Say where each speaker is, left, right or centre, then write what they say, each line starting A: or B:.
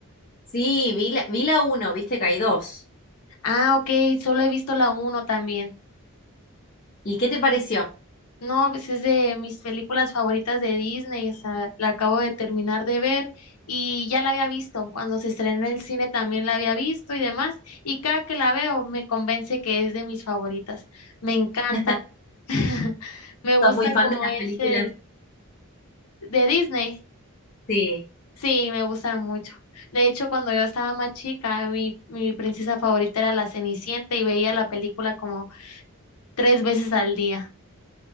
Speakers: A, on the left (about 40°); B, on the left (about 80°).
A: Sí, vi la, vi la uno, viste que hay dos.
B: Ah, ok, solo he visto la uno también.
A: ¿Y qué te pareció?
B: No, pues es de mis películas favoritas de Disney. O sea, la acabo de terminar de ver y ya la había visto. Cuando se estrenó en el cine también la había visto y demás. Y cada que la veo me convence que es de mis favoritas. Me encanta.
A: <laughs> ¿Sos
B: <laughs> Me gusta
A: muy fan
B: como
A: de las
B: es
A: películas?
B: el de Disney.
A: Sí.
B: Sí, me gustan mucho. De hecho, cuando yo estaba más chica, mi, mi princesa favorita era la Cenicienta y veía la película como tres veces al día.